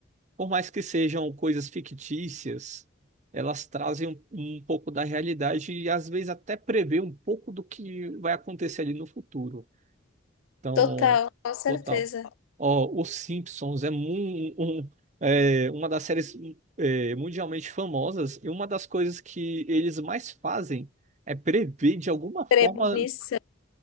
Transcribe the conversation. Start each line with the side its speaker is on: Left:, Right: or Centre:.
Right: por mais que sejam coisas fictícias, elas trazem um, um pouco da realidade e às vezes até prevê um pouco do que vai acontecer ali no futuro. Então,
Left: total, com certeza.
Right: total. Ó, Os Simpsons é, mu- um- é uma das séries é, mundialmente famosas e uma das coisas que eles mais fazem é prever de alguma forma
Left: Premonição.